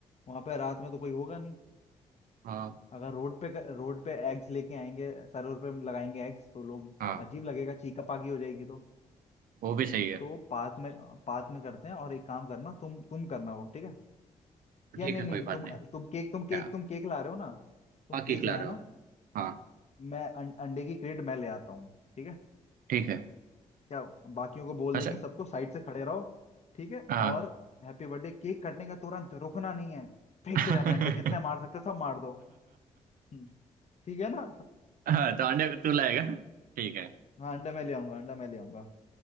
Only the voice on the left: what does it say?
वहां पे रात में तो कोई होगा नहीं
अगर रोड पे रोड पे एग्स लेके आएंगे सरोवर पे लगाएंगे एग्स तो लोग
अजीब लगेगा चीका पाकी हो जाएगी तो
तो पार्क में पार्क में करते हैं और एक काम करना तुम तुम करना वो ठीक है या
नहीं
नहीं
तुम
तुम केक
तुम केक तुम केक ला रहे हो ना तुम
केक
ले आना
मैं अं, अंडे की क्रेट मैं ले आता हूँ ठीक है
क्या बाकियों को बोल
देंगे सबको साइड से खड़े रहो ठीक है
और हैप्पी बर्थडे केक कटने का तुरंत रुकना नहीं है फेंकते
जाना है अंडे जितने मार सकते हो सब मार दो हम्म, ठीक है ना
हाँ अंडा मैं ले आऊंगा अंडा मैं ले आऊंगा